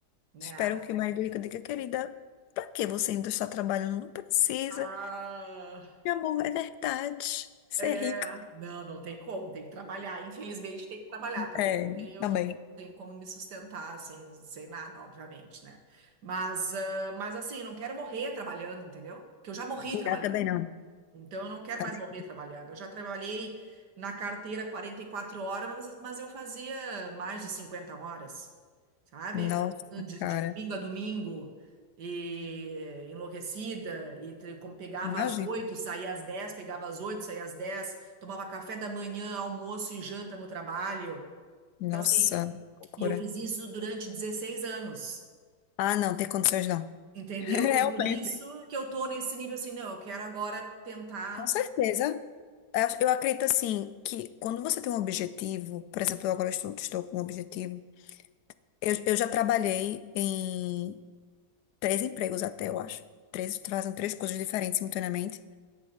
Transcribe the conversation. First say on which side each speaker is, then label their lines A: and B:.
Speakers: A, on the right; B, on the left.
A: né?
B: espero que o marido rico diga, querida, pra que você ainda está trabalhando? Não precisa.
A: Ah,
B: Meu amor, é verdade. Ser
A: É,
B: rico.
A: não, não tem como, tem que trabalhar. Infelizmente, tem que trabalhar também.
B: É,
A: Não tenho,
B: também.
A: tenho como me sustentar sem, sem nada, obviamente, né? Mas, ah, mas assim, não quero morrer trabalhando, entendeu? Que eu já morri
B: Não,
A: trabalhando.
B: também não.
A: Então, eu não quero
B: Também.
A: mais morrer trabalhando. Eu já trabalhei na carteira 44 horas, mas, mas eu fazia mais de 50 horas, sabe?
B: Nossa,
A: De,
B: cara.
A: de domingo a domingo, e enlouquecida, e tre- como pegava
B: Imagina.
A: às 8 saía às 10 pegava às 8 saía às 10 tomava café da manhã, almoço e janta no trabalho.
B: Nossa,
A: Então, assim,
B: loucura.
A: e eu fiz isso durante 16 anos,
B: Ah, não, tem condições não.
A: entendeu?
B: <laughs> Realmente.
A: Então, por isso que eu tô nesse nível assim, não, eu quero agora tentar.
B: Com certeza. Eu acho- eu acredito assim que quando você tem um objetivo, por exemplo, eu agora estou, estou com um objetivo. Eu, eu já trabalhei em três empregos até, eu acho. Três, fazem três coisas diferentes simultaneamente.